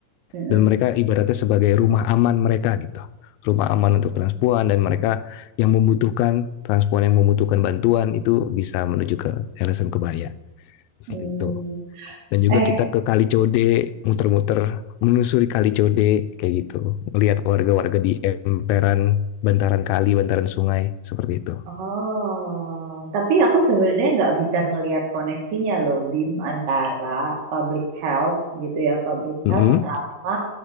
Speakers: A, on the right; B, on the left.
A: mm-mm,
B: dan mereka ibaratnya sebagai rumah aman mereka gitu rumah aman untuk transpuan dan mereka yang membutuhkan transpuan yang membutuhkan bantuan itu bisa menuju ke LSM Kebaya seperti
A: mm.
B: itu dan juga
A: Eh,
B: kita ke Kali Code muter-muter menusuri Kali Code kayak gitu melihat warga-warga di emperan bantaran kali bantaran sungai seperti itu
A: oh, tapi aku sebenarnya nggak bisa ngelihat koneksinya loh, Bim, antara public health gitu ya, public
B: mm
A: health
B: -hmm.
A: sama